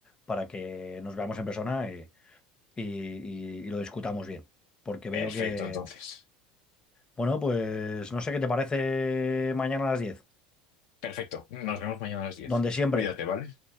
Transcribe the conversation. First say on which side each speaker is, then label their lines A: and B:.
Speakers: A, on the left; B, on the left.
A: para que nos veamos en persona y, y- y- y lo discutamos bien. Porque veo
B: Perfecto,
A: que,
B: entonces.
A: bueno, pues no sé qué te parece mañana a las 10.
B: Perfecto. Nos vemos mañana a las 10.
A: Donde siempre.
B: Cuídate, ¿vale?